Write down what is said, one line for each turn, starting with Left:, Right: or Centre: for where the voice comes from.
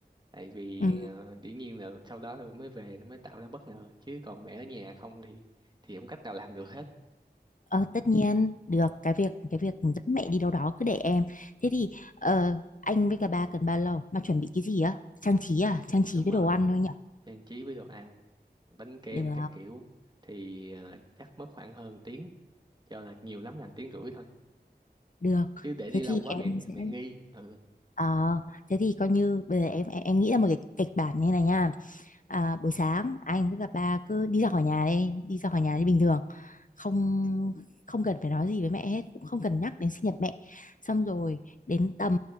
Right: tại vì
Left: ừ
Right: ờ, dĩ nhiên là sau đó thì mới về thì mới tạo ra bất ngờ chứ còn mẹ ở nhà không thì thì không cách nào làm được hết
Left: Ờ, tất nhiên được cái việc cái việc dẫn mẹ đi đâu đó cứ để em thế thì ờ, anh với cả ba cần bao lâu mà chuẩn bị cái gì á trang trí à trang trí
Right: đúng
Left: với
Right: rồi
Left: đồ ăn thôi nhỉ
Right: trang trí với đồ ăn bánh kem
Left: được
Right: các kiểu thì ờ, chắc mất khoảng hơn tiếng cho là nhiều lắm là tiếng rưỡi thôi
Left: được
Right: chứ để
Left: thế
Right: đi lâu
Left: thì
Right: quá
Left: em
Right: mẹ
Left: sẽ
Right: mẹ nghi ừ
Left: ờ, thế thì coi như bây giờ em em, em nghĩ ra một cái kịch bản như này nha à, buổi sáng anh với cả ba cứ đi ra khỏi nhà đi đi ra khỏi nhà như bình thường không không cần phải nói gì với mẹ hết cũng không cần nhắc đến sinh nhật mẹ xong rồi đến tầm